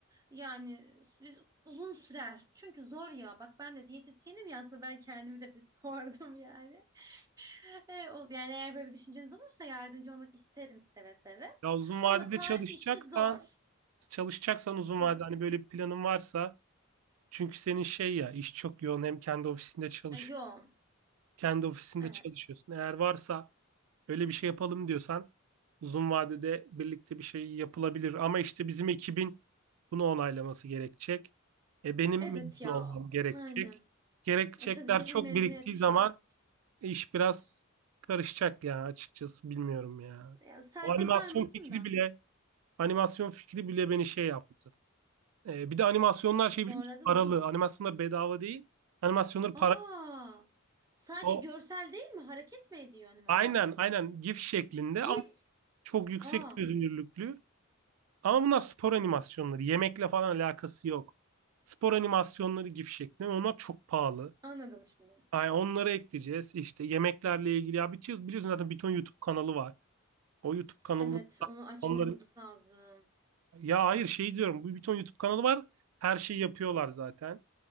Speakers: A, on the right; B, on the right.
A: yani biz uzun sürer. Çünkü zor ya. Bak ben de diyetisyenim ya aslında ben kendimi de bir <laughs> sordum yani. E, o- yani eğer böyle bir düşünceniz olursa yardımcı olmak isterim seve seve.
B: Ya uzun
A: Ama
B: vadede
A: tarif
B: çalışacaksan,
A: işi zor.
B: çalışacaksan uzun
A: Hı.
B: vadede hani böyle bir planın varsa Çünkü senin şey ya iş çok yoğun hem kendi ofisinde çalış
A: E, yoğun.
B: kendi ofisinde
A: Evet.
B: çalışıyorsun. Eğer varsa öyle bir şey yapalım diyorsan uzun vadede birlikte bir şey yapılabilir. Ama işte bizim ekibin bunu onaylaması gerekecek. E, benim
A: Evet
B: mezun
A: ya.
B: olmam gerekecek.
A: Aynen.
B: Gerekçekler
A: E tabii senin
B: çok
A: mezuniyet
B: biriktiği
A: şart.
B: zaman iş biraz karışacak ya açıkçası bilmiyorum ya.
A: Ya, sarpa
B: O animasyon
A: sarmasın
B: fikri
A: da.
B: bile animasyon fikri bile beni şey yaptı. Ee, bir de animasyonlar şey
A: Zorladı
B: biliyor musun? Paralı.
A: mı?
B: Animasyonlar bedava değil. Animasyonlar
A: Aa.
B: para.
A: Sadece
B: O,
A: görsel değil mi? Hareket mi ediyor animasyon?
B: aynen aynen GIF şeklinde
A: GIF.
B: ama çok yüksek
A: Aa.
B: çözünürlüklü. Ama bunlar spor animasyonları. Yemekle falan alakası yok. Spor animasyonları GIF şeklinde. ve Onlar çok pahalı.
A: Anladım şimdi.
B: Yani onları ekleyeceğiz. İşte yemeklerle ilgili. Ya biliyorsun, biliyorsun zaten bir ton YouTube kanalı var. O YouTube kanalı
A: Evet, onu açmanız
B: onların...
A: lazım.
B: Ya hayır şey diyorum. Bu bir ton YouTube kanalı var. Her şeyi yapıyorlar zaten.